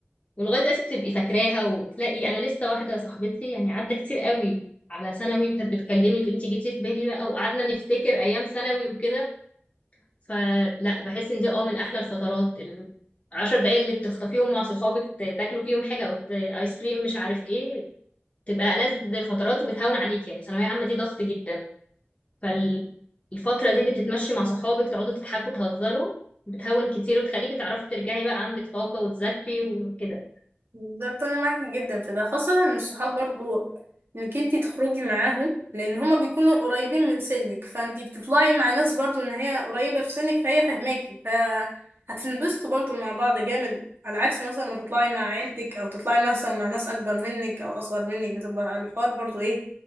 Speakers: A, on the left; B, on the right.
A: ولغايه دلوقتي بتبقي فاكراها وتلاقي انا لسه واحده صاحبتي يعني عدى كتير قوي على ثانوي وكانت بتكلمني تقولي انت جيتي في بالي بقى وقعدنا نفتكر ايام ثانوي وكده فلا بحس ان دي اه من احلى الفترات العشر دقايق اللي بتخطفيهم مع صحابك ت- تاكلوا فيهم حاجه او ت- ايس كريم مش عارف ايه تبقى ألذ فترات وبتهون عليك يعني ثانويه عامه دي ضغط جدا فالفتره دي اللي بتتمشي مع صحابك تقعدوا تضحكوا تهزروا بتهون كتير وتخليكي تعرفي ترجعي بقى عندك طاقه وتذاكري وكده
B: بالظبط انا معاكي جدا في ده خاصة ان الصحاب برضو انك انتي تخرجي معاهم لان هما بيكونوا قريبين من سنك فانتي بتطلعي مع ناس برضو ان هي قريبة في سنك فهي فاهماكي فهتنبسطوا برضو مع بعض جامد على عكس مثلا ما تطلعي مع عيلتك او تطلعي مثلا مع ناس اكبر منك او اصغر منك بتبقى الحوار برضو ايه